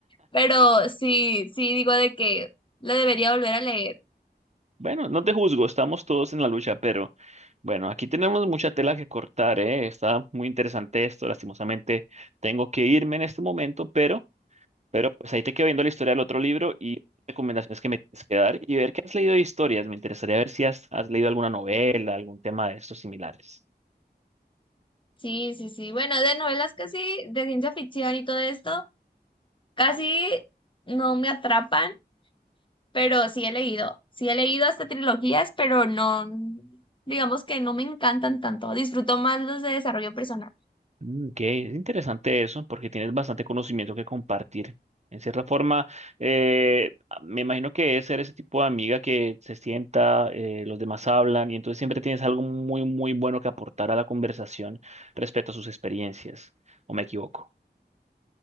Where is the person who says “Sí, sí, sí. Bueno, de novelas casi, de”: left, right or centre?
Left